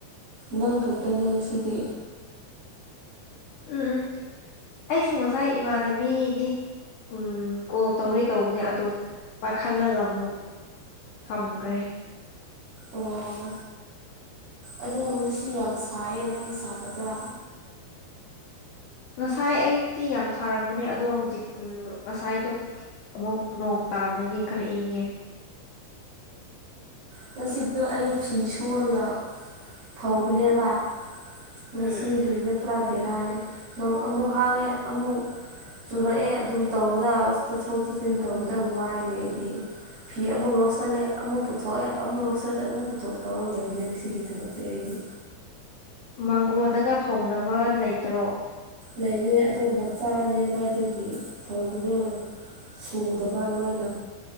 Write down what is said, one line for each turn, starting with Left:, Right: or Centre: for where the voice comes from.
Right: ꯅꯪ ꯈꯛꯇꯅꯦ ꯉꯁꯤꯗꯤ
Left: ꯎꯝ ꯎꯝ ꯑꯩꯁꯨ ꯉꯁꯥꯏ ꯏꯃꯥꯟꯅꯕꯤꯗꯤ ꯎꯝ ꯀꯣꯜ ꯇꯧꯋꯦ ꯇꯧꯕꯅꯦ ꯑꯗꯣ ꯄꯥꯏꯈꯠꯂꯒ ꯑꯃꯨꯛ ꯊꯝꯈ꯭ꯔꯦ
Right: ꯑꯣ ꯑꯗꯣ ꯉꯁꯤ ꯌꯥꯝ ꯁꯥꯏꯌꯦ ꯅꯪ ꯁꯥꯗꯕ꯭ꯔꯥ
Left: ꯉꯁꯥꯏ ꯑꯌꯨꯛꯇꯤ ꯌꯥꯝ ꯁꯥꯔꯝꯕꯅꯦ ꯑꯗꯣ ꯍꯧꯖꯤꯛ ꯎꯝ ꯉꯁꯥꯏꯗꯣ ꯑꯃꯨꯛ ꯅꯣꯡ ꯇꯥꯕꯒꯤ ꯈꯔ ꯏꯪꯉꯦ
Right: ꯉꯁꯤꯗꯣ ꯑꯩ ꯐꯤ ꯁꯨꯔꯒ ꯐꯧꯕꯅꯦꯕ ꯉꯁꯤꯒꯤꯖ‌ꯦ
Left: ꯎꯝ
Right: ꯄꯨꯔꯥ ꯕꯦꯔꯥꯅꯦ ꯅꯣꯡ ꯑꯃꯨꯛ ꯍꯥꯡꯉꯦ ꯑꯃꯨꯛ ꯆꯨꯔꯛꯑꯦ ꯑꯗꯨꯝ ꯇꯧꯕꯗ ꯆꯠꯊꯣꯛ ꯇꯠꯁꯤꯟ ꯇꯧꯕꯗ ꯋꯥꯏꯅꯦ ꯑꯩꯗꯤ ꯐꯤ ꯑꯃꯨꯛ ꯂꯧꯁꯤꯜꯂꯦ ꯑꯃꯨꯛ ꯄꯨꯊꯣꯛ ꯄ‌ꯣꯛꯑꯦ ꯑꯃꯨꯛ ꯂꯧꯁꯜꯂꯦ ꯑꯃꯨꯛ ꯄꯨꯊꯣꯛ ꯇꯧꯔꯒ ꯂꯩꯕꯅꯤ ꯉꯁꯤꯒꯤ ꯊꯕꯛꯇꯤ ꯑꯩꯗꯤ
Left: ꯃꯥꯡꯒꯣꯟꯗꯒ ꯐꯧꯅꯕ ꯂꯩꯇ꯭ꯔꯣ
Right: ꯂꯩꯌꯦ ꯑꯗꯣ ꯃꯆꯥꯅꯦꯕ ꯑꯗꯨꯒꯤ ꯐꯧꯕꯗꯣ ꯁꯨꯗꯕ ꯂꯣꯏꯅ